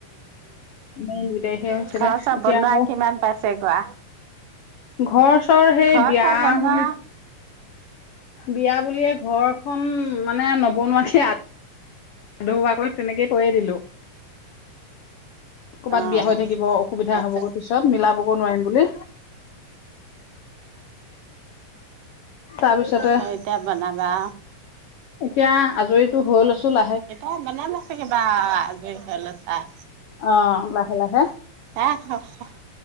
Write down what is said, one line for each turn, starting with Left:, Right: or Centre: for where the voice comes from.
Left: মে' দুই তাৰিখে হৈছিলে
Right: ঘৰ-চৰ
Left: এতিয়া
Right: বনোৱা,
Left: আকৌ
Right: কিমান পাইছে কোৱা।
Left: ঘৰ চৰ সেই
Right: ঘৰ
Left: বিয়া
Right: চৰ বনোৱা
Left: বুলি। বিয়া বুলিয়ে ঘৰখন মানে নবনুৱাকে। আ আধৰুৱাকৈ তেনেকে থৈয়ে দিলোঁ। কৰ'বাত
Right: অ',
Left: বিয়া হৈ থাকিব অসুবিধা
Right: তাৰপিছত
Left: হ'বগৈ পিছত মিলাবগো নোৱাৰিম বুলি তাৰপিছতে
Right: তাৰছত এতিয়া বনাবা
Left: এতিয়া আজৰিতো হৈ লৈছো লা
Right: এতিয়া বনাবা <unintelligible> আজৰি হ'লে চাই
Left: অ লাহে লাহে
Right: অহ' <unintelligible>